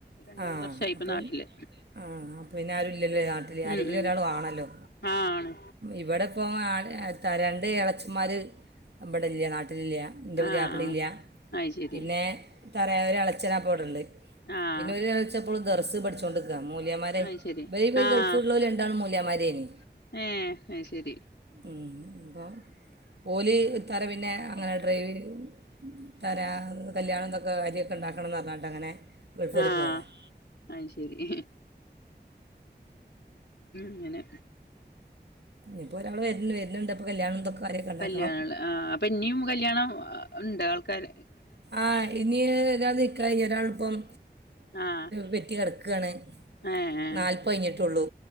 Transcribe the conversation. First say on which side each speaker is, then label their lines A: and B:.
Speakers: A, on the left; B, on the right.
A: രണ്ട്
B: ആ
A: മൂന്ന് വർഷായി ഇപ്പ
B: അപ്പ
A: നാട്ടില്
B: ആ അപ്പ പിന്നെ ആരുംല്ലല്ലോ നാട്ടിൽ ആരെങ്കിലും
A: ഉം ഉം
B: ഒരാൾ വേണല്ലോ
A: ആഹ് ആണ്
B: ഇവിടെ പ്പോ ത്ത രണ്ട് എളച്ചന്മാര് ഇവിടെ ഇല്ല നാട്ടി ല്ല്യ എൻ്റെ പുതിയ
A: ആഹ്
B: ആപ്പിളി
A: ആഹ്
B: ഇല്ല
A: അത് ശരി
B: പിന്നെ തറയാ ഒരു അളച്ചനാപ്പം ഇവിടെ ഇല്ലേ
A: ആഹ്
B: പിന്നെ ഒരു ഇളയച്ഛൻ എപ്പളും ദറസ് പഠിച്ചോണ്ട് മൂല്യാമാരായ്
A: അയ് ശരി
B: ബെല്
A: ആഹ്
B: ഗൾഫ്ലോൽ രണ്ടാളും മൂല്യാമാ മരേനി
A: ഏഹ് അയ്ശരി
B: ഉം ഓല് തര പിന്നെ അങ്ങനെ ഡ്രൈവ് തര കല്ല്യാണംന്തൊക്കെ കാര്യമൊക്കെ ഉണ്ടാക്കണംന്ന് പറഞ്ഞിട്ട് അങ്ങനെ ഗൾഫ് വരെ
A: ആ
B: പോയതാണ്
A: അയ് ശരി ഉം ഇങ്ങനെ
B: ഇപ്പൊ ഒരാള് വര്ന് വര്ന്ണ്ട് അപ്പ കല്യാണം ഇതൊക്കെ കാര്യമൊക്കെ ഉണ്ടാക്കണം
A: കല്യാണ ള് അപ്പൊ ഇനിയും കല്യാണം ഇണ്ട് ആൾ കര
B: ആ ഇനി ഒരാളത് നിക്കാഹ് കഴിഞ്ഞ് ഒരാൾ ഇപ്പം
A: ആഹ്
B: പെറ്റ് കെടക്ക ക്കാണ്
A: ഏഹ് ഏഹ്
B: നാൽപ്പ് കയ്ഞ്ഞിട്ടൊള്ളൂ